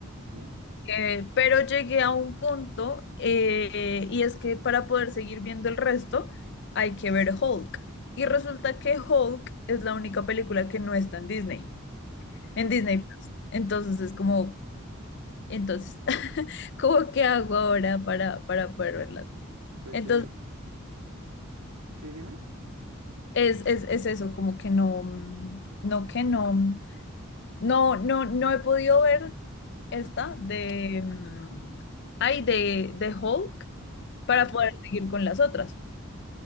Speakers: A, on the right (about 85°); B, on the left (about 55°).
A: ¿sí?
B: Eh, pero llegué a un punto eh, y es que para poder seguir viendo el resto hay que ver Hulk. Y resulta que Hulk es la única película que no está en Disney, en
A: Oh.
B: Disney Plus. Entonces es como, entonces, <laughs> ¿cómo qué hago ahora para, para poder verla?
A: Pues
B: Entonces
A: sí, sí, dime.
B: es, es, es eso, como que no, mm, no, que no, no, no, no he podido ver esta de, mm, ay, de, de Hulk
A: Ajá.
B: para poder seguir con las otras.